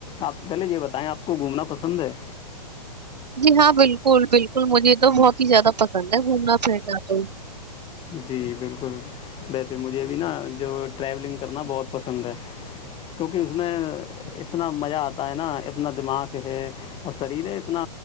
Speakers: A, on the left (about 25°); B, on the right (about 75°).
A: آپ پہلے یہ بتائیں آپ کو گھومنا پسند ہے
B: جی ہاں بالکل بالکل مجھے یہ تو بہت ہی زیادہ پسند ہے گھومنا پھرنا تو
A: جی بالکل ویسے مجھے بھی نا جو ٹریولنگ کرنا بہت پسند ہے کیونکہ اس میں اتنا مزہ آتا ہے نا اتنا دماغ ہے اور شریر ہے اتنا